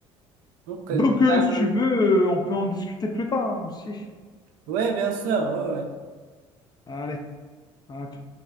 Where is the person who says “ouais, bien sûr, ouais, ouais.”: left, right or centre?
Right